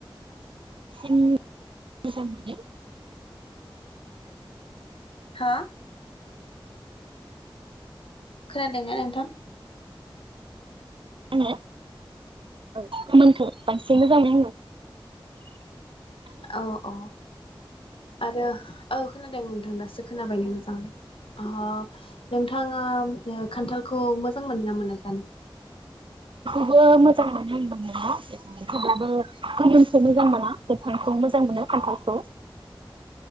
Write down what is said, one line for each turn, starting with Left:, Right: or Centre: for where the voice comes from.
Right: <unintelligible> मोनो
Left: हो खोनादोंना नोंथां?
Right: आङो औ गोमोनखौ बांसिन मोजां <unintelligible>
Left: औ अ आरो औ खोनादों नोंथां दासो खोनाबायनो मोजां अ नोंथाङा ओ खान्थाल खौ मोजां मोनो ना मोना जानो?
Right: बो मोजां मोनो <unintelligible> मोना थेवबो गोमोनखौ मोजां मोना गोथांखौ मोजां मोनो खान्थालखौ